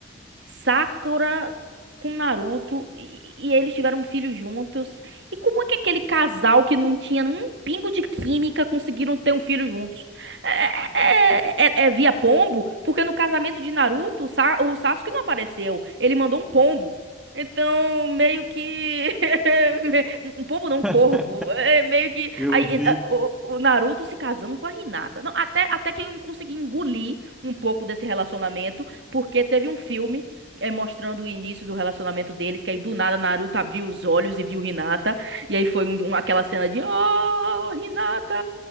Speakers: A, on the right; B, in the centre.
A: Sakura com Naruto e, e eles tiveram um filho juntos. E como é que aquele casal que não tinha um pingo de química conseguiram ter um filho juntos? É, é- é- é é via pombo? Porque no casamento de Naruto, o Sa- o Sasuke não apareceu. Ele mandou um pombo. Então, meio que. <laughs> Um pombo não, um
B: <laughs>
A: corvo. É meio que.
B: Eu
A: Aí,
B: vi,
A: eh, o, o Naruto se casando com a Hinata. Não, até, até que eu consegui engolir um pouco desse relacionamento, porque teve um filme é, mostrando o início do relacionamento deles, que aí do nada Naruto abriu os olhos e viu Hinata, e aí foi um- um- aquela cena de Oh, Hinata!